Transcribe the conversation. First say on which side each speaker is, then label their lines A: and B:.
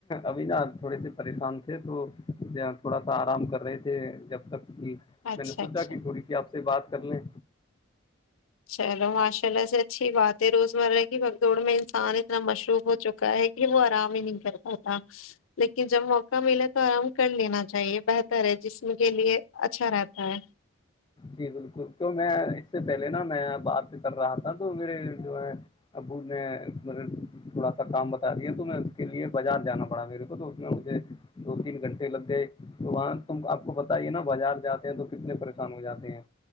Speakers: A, on the left; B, on the left.
A: ابھی نا تھوڑے سے پریشان تھے تو تھوڑا سا آرام کر رہے تھے جب تک کہ
B: اچھا
A: میں نے سوچا
B: اچھا
A: کہ تھوڑی سی آپ سے بات کر لیں
B: چلو ماشاء اللہ سے اچھی بات ہے روزمرہ کی بھگدڑ میں انسان اتنا مشروب ہو چکا ہے ہی وہو آراام نہیں کرتا ہوتا لیکن جب موقع ملے تو آرام کر لینا چاہیے بہتر ہے جسم کے لیے اچھا رہتا ہے
A: جی بالکل تو میں اس سے پہلے نا میں بات کر رہا تھا تو میرے جو ہے ابو نے مطب تھوڑا سا کام بتا دیا تو میں اس کے لیے بازار جانا پڑا میرے کو تو اس میں مجھے دو تین گھنٹے لگ گئے تو وہاں تم آپ کو بتائیے نا بازار جاتے ہیں تو کتنے پریشان ہو جاتے ہیں